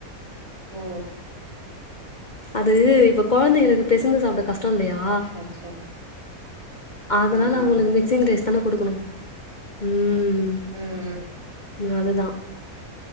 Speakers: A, on the right (about 75°); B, on the left (about 40°).
A: ஓ
B: அது இப்ப கொழந்தைங்களுக்கு பெசந்து சாப்ட கஷ் ட இல்லையா
A: அச்சோ
B: அதனால
A: ஆமா
B: அவுங்களுக்கு மிக்சிங் ரைஸ் தானா குடுக்கணு ம்
A: ம்
B: அதுதா